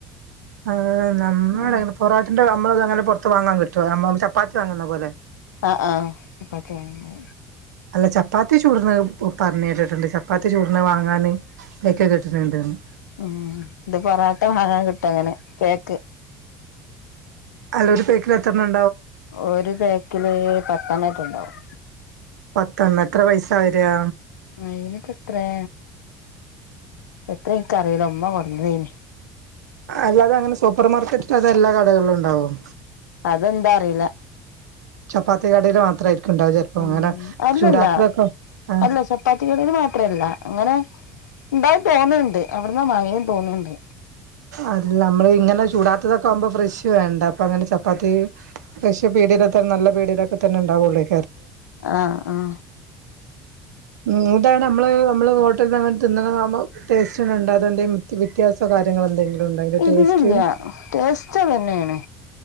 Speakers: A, on the right; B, on the left.
A: ആ നമ്മളുടെ
B: ഉം
A: അങ്ങെ പൊറോട്ടൻ്റെ നമ്മ അത് അങ്ങനെ പുറത്ത് വാങ്ങാൻ പറ്റും അമ്മ ചപ്പാത്തി വാങ്ങുന്ന പോലെ
B: ആഹ് ആഹ് ചപ്പാത്തി വാങ്ങുമ്പോ
A: അല്ല ചപ്പാത്തി ചൂടിന് പറഞ്ഞ കേട്ടിട്ടുണ്ട് ചപ്പാത്തി ചൂടിന് വാങ്ങാന് തൈക്കെ കിട്ടുന്നുണ്ട്ന്ന്
B: ഉം ഇത് പൊറോട്ട വഴ കിട്ടും അങ്ങനെ കേക്ക്
A: അല്ലൊരു പേക്കില എത്രണം
B: ഒരു പാക്കില് പത്തെണ്ണറ്റ ഉണ്ടാവും
A: പത്തെണ്ണം എത്ര പൈസ വരാ
B: അയിനക്കെത്രേ എത്രയും ക്കറീലറ മ്മ കൊടുന്നേനി
A: അല്ലാതെ അങ്ങനെ സൂപ്പർ മാർക്കറ്റിൽ അതെ എല്ലാ കടകളിലും ഉണ്ടാവും
B: അതെന്താ അറിയില്ല
A: ചപ്പാത്തി കടേല് മാത്രായിരിക്കും ഉണ്ടാവ ചെലപ്പോ
B: ഉ
A: അങ്ങനെ
B: അല്ലല്ല
A: ചൂടാത്തതൊക്കെ ആഹ്
B: അല്ല ചപ്പാത്തി ക മാ മാത്രല്ല അങ്ങനെ എന്തായി തോന്നണ്ട് അവിടന്ന മഴയും തോന്നിണ്ട്
A: അല്ല നമ്മള് ഇങ്ങനെ ചൂടാത്തതൊക്കെ ആവുമ്പോ ഫ്രഷ് വേണ്ട അപ്പൊ അങ്ങനെ ചപ്പാത്തി ഫ്രഷ്‌ പീടിയേല തെ നല്ല പീടിയിലൊക്കെന്നെ ഉണ്ടാവൂള്ളേ
B: ആഹ ആഹ
A: ഉം ഇതാണ് നമ്മള് നമ്മള് ഹോട്ടലന്ന് അങ്ങനെ തിന്നണാമ്പോ ഭക്ഷണ ഉണ്ടാതെന്റെ വ്യത്യാസ കാര്യങ്ങ എന്തെങ്കിലും ഉണ്ടോ അതിന്റെ
B: ഇല്ലില്ല
A: ടേസ്റ്റ്
B: ടേസ്തന്നെയാണ്